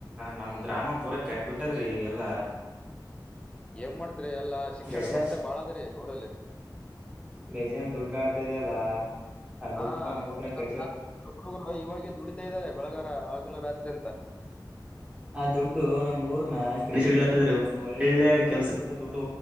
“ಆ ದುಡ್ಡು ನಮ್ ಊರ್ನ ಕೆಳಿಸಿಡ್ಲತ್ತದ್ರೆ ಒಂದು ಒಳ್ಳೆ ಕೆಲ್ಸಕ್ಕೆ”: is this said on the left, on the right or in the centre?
Right